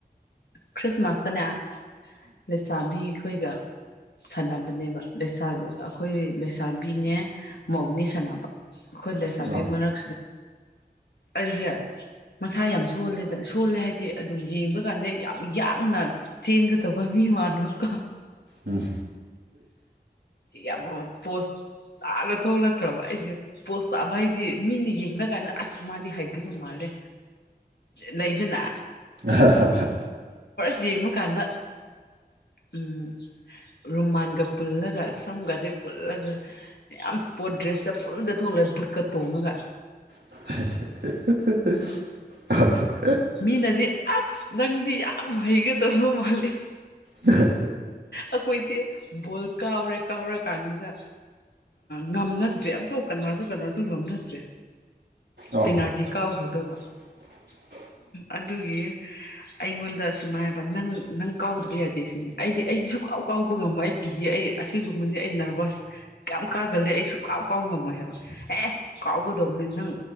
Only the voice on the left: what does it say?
ꯈ꯭ꯔꯤꯁꯃꯥꯁꯇꯅꯦ ꯂꯩꯁꯥꯕꯤ ꯑꯩꯈꯣꯏꯒ ꯁꯥꯟꯅꯕꯅꯦꯕ ꯂꯩꯁꯕꯤ ꯑꯩꯈꯣꯏ ꯂꯩꯁꯥꯕꯤꯅꯦ ꯃꯧꯅꯤ ꯁꯥꯟꯅꯕ ꯍꯣꯏꯂꯦꯁꯥꯕꯤ
ꯃꯔꯅꯥꯛ ꯑꯔꯤꯍꯦ ꯃꯁꯥ ꯌꯥꯝ ꯁꯣꯜꯂꯤꯦꯗ ꯊꯣꯜꯂꯦ ꯍꯥꯏꯗꯤ ꯑꯗꯨꯝ ꯌꯦꯡꯕ ꯀꯥꯟꯗ ꯌꯥꯝ ꯌꯥꯡꯅ ꯆꯦꯟꯒꯗꯕ ꯃꯤ ꯃꯅꯕꯀꯣ
ꯌꯥꯝ ꯄꯣꯁ ꯇꯥꯅ ꯊꯣꯛꯂꯛꯈ꯭ꯔꯕ ꯑꯩꯁꯦ ꯄꯣꯠ ꯇꯥꯕ ꯍꯥꯏꯗꯤ ꯃꯤꯅ ꯌꯦꯡꯅꯕ ꯀꯥꯟꯗ ꯑꯁ ꯃꯥꯗꯤ ꯍꯥꯏꯒꯗꯧ ꯃꯥꯜꯂꯦ ꯂꯩꯗꯅ
ꯌꯦꯡꯉꯨ ꯀꯥꯟꯗ ꯎꯝ ꯔꯨꯃꯥꯟꯒ ꯄꯨꯜꯂꯒ ꯁꯝꯒꯁꯦ ꯄꯨꯜꯂꯒ ꯌꯥꯝ ꯏꯁꯄꯣꯔꯠ ꯗ꯭ꯔꯦꯁꯇ ꯐꯨꯜꯗ ꯊꯣꯛꯂꯛꯑꯦ ꯕꯨꯔꯀ ꯇꯣꯡꯉꯒ
ꯃꯤꯅꯗꯤ ꯑꯁ ꯅꯪꯗꯤ ꯌꯥꯝ ꯍꯩꯒꯗꯧꯕ ꯃꯥꯂꯦ
ꯑꯩꯈꯣꯏꯁꯦ ꯕꯣꯜ ꯀꯥꯎꯔꯦ ꯀꯥꯎꯔꯀꯥꯟꯅꯤꯗ ꯉꯝꯅꯗ꯭ꯔꯦ ꯑꯃꯝꯐꯥꯎ ꯀꯅꯥꯁꯨ ꯀꯅꯥꯁꯨ ꯉꯝꯅꯗ꯭ꯔꯦ
ꯄꯤꯅꯥꯗꯤ ꯀꯥꯎꯈ꯭ꯔꯗꯧꯕ
ꯑꯗꯨꯒꯤ ꯑꯩꯉꯣꯟꯗ ꯁꯨꯃꯥꯏ ꯍꯥꯏꯕ ꯅꯪ ꯅꯪ ꯀꯥꯎꯗꯕ ꯌꯥꯗꯦ ꯁꯤꯅꯦ ꯑꯩꯗꯤ ꯑꯩꯗꯤ ꯁꯨꯀꯥꯎ ꯀꯥꯎꯕ ꯉꯝꯝꯕ ꯑꯩ ꯄꯤꯈꯤ ꯑꯩ ꯑꯁꯤꯒꯨꯝꯕꯗꯤ ꯑꯩ ꯅꯔꯚꯁ ꯀꯌꯥꯝ ꯀꯥꯒꯜꯂꯦ ꯑꯩꯁꯨ ꯀꯥꯎ ꯀꯥꯎ ꯉꯝꯃꯣꯏ ꯍꯥꯏꯕ ꯑꯦ ꯀꯥꯎꯒꯗꯕꯅꯤ ꯅꯪ